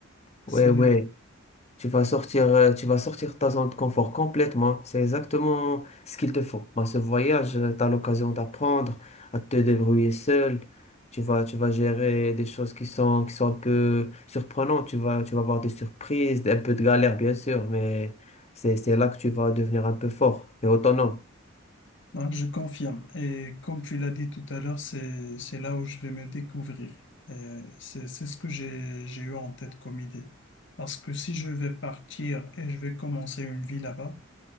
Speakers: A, on the left; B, on the left.
A: C'est
B: Ouais, ouais. Tu vas sortir, euh, tu vas sortir de ta zone de confort complètement. C'est exactement ce qu'il te faut. Dans ce voyage, tu as l'occasion d'apprendre à te débrouiller seul. Tu vas, tu vas gérer des choses qui sont, qui sont un peu surprenantes. Tu vas, tu vas avoir des surprises, un peu de galère, bien sûr, mais c'est, c'est là que tu vas devenir un peu fort et autonome.
A: Non, je confirme. Et comme tu l'as dit tout à l'heure, c'est, c'est là où je vais me découvrir. Et c'est, c'est ce que j'ai, j'ai eu en tête comme idée. Parce que si je vais partir et je vais commencer une vie là-bas,